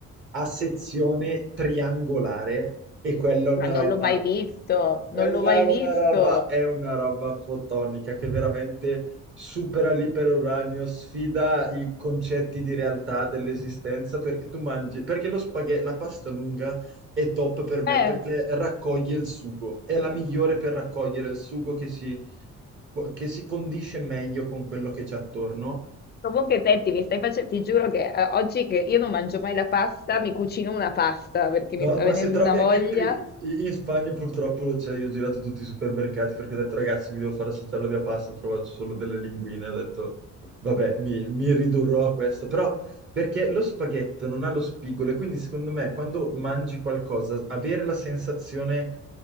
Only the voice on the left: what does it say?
ma
non l'ho mai visto,
non l'ho mai
visto.
Eh.
Comunque, senti, mi stai facendo, ti giuro che eh, oggi che io non mangio mai la pasta, mi cucino una pasta perché
mi sta
venendo
una
voglia